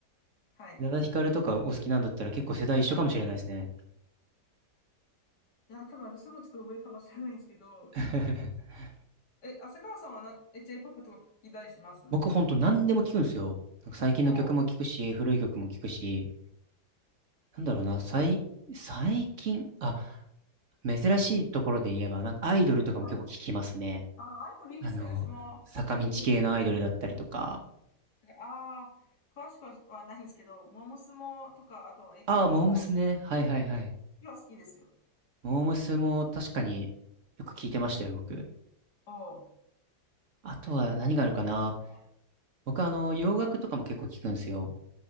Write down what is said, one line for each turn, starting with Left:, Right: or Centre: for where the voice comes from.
Left: はい。
Right: 宇多田ヒカルとかお好きなんだったら結構世代一緒かもしれないですね。
Left: いや、多分私もちょっと上かもしれないんですけど、
Right: <laughs>
Left: え、浅川さんはな、え、J-POP とか聞きたりします
Right: 僕ほんと何でも聞くんですよ。なんか最近の曲も聞くし、
Left: おう。
Right: 古い曲も聞くし、なんだろうな、最、最近、あ、珍しいところで言えば、なんかアイドルとかも結構聞きますね。
Left: はい。あ、アイドルいいですね。
Right: あの、
Left: 私も
Right: 坂道系のアイドルだったりとか。
Left: AKB、ああー、詳しくはないんですけど、モームスもとか、あと AKB
Right: ああ、モームスね。
Left: も好きですよ。
Right: はいはいはい。
Left: 今は好きですよ。
Right: モームスも確かによく聞いてましたよ、僕。
Left: おう。
Right: あとは何があるかな。
Left: モームス。はい。
Right: 僕あの、洋楽とかも結構聞くんですよ。